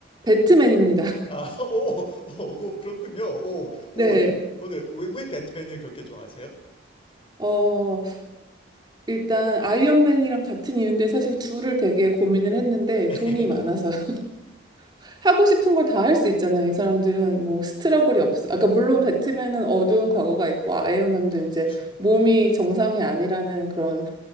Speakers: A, on the right (about 25°); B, on the left (about 30°).
A: 배트맨입니다.
B: 아, <laughs> 오, 오, 그- 그렇군요. 오,
A: 네.
B: 오, 좀, 어, 네. 왜, 왜 배트맨을 그렇게 좋아하세요?
A: 어, 일단 아이언맨이랑 같은 이유인데 사실 둘을 되게 고민을 했는데
B: <laughs>
A: 돈이 많아서
B: 네,
A: <laughs> 하고 싶은 걸 다 할 수 있잖아요. 이 사람들은 뭐 스트러글이 없어. 아까 물론 배트맨은 어두운 과거가 있고 아이언맨도 이제
B: 그쵸.
A: 몸이 정상이 아니라는 그런